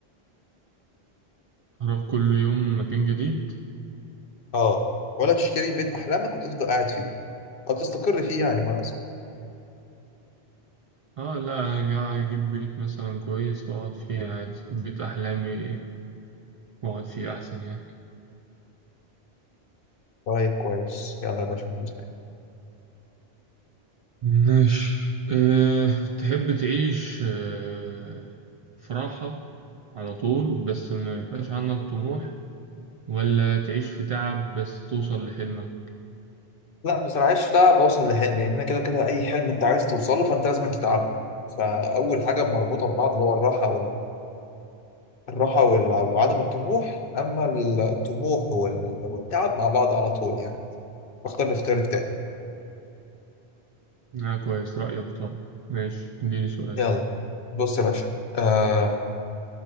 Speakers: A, on the right (about 50°); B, on the left (about 60°).
A: هروح كل يوم مكان جديد
B: أه ولا تشتري بيت أحلامك وتفضل قاعد فيه أو تستقر فيه يعني ما أنا أصلا
A: اه لا هجي- هجيب بيت مثلا كويس واقعد فيه عادي بيت احلامي واقعد فيه احسن يعني
B: طيب كويس يلا يا باشا بالنسبة لي
A: ماشي أه تحب تعيش أه في راحة على طول بس ما يبقاش عندك طموح ولا تعيش في تعب بس توصل لحلمك
B: لا بصراحة عيش ده بوصل لحلمي لأن أنا كده كده أي حلم أنت عايز توصله فأنت لازم تتعب له فأول حاجة مربوطة ببعض اللي هو الراحة الراحة والع- وعدم الطموح أما ال- الطموح وال- والتعب مع بعض على طول يعني بختار الاختيار التاني
A: اه كويس رأيك طبعا ماشي اديني سؤال
B: يلا بص يا باشا آه